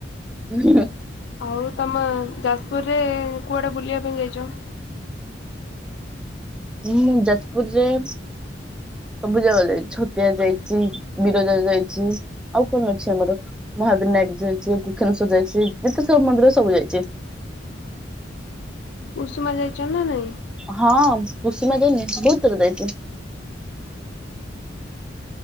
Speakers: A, in the centre; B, on the left (about 65°).
A: ହୁଁ।
B: ଆଉ ତମ ଯାଜପୁରରେ କୁଆଡେ ବୁଲିବା ପାଇଁ ଯାଇଛ?
A: ହୁଁ ଯାଜପୁରରେ ସବୁ ଜାଗ ଯାଇଛି ଛତିଆ ଯାଇଛି, ବିରଜା ଯାଇଛି ଆଉ କଣ ଅଛି ଆମର? ମହାବିନାୟକ ଯାଇ ବୁକ୍ଷଣେଶ୍ୱର ଯାଇଛି ଯେତେ ସବୁ ମନ୍ଦିର ସବୁ ଯାଇଛି।
B: ଉଷୁମା ଯାଇଛ ନା ନାଇଁ?
A: ହଁ କୁସିମା ଯାଇନି ବହୁତ ଥର ଯାଇଛି।